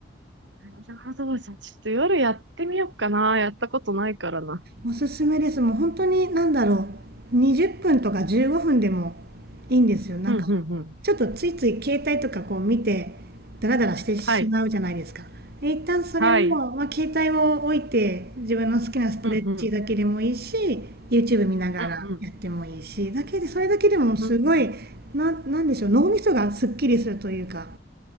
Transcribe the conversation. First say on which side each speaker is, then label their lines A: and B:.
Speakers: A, on the right; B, on the right.
A: なるほど。じゃあ、ちょっと夜やってみようかな。やったことないからな。
B: おすすめですもう本当に何だろう20分とか15分でもいいんですよなんか
A: うん、うん、うん。
B: ちょっとついつい携帯とかこう見てダラダラしてしまうじゃないですかで一旦それを、
A: はい。はい。
B: まあ、携帯を置いて自分の好きなストレッチだけでもいいし
A: うん、うん。
B: YouTube 見ながらやってもいいしだけでそれだけでもすごいな、
A: うん、うん。うん、うん。
B: なんでしょう脳みそがすっきりするというか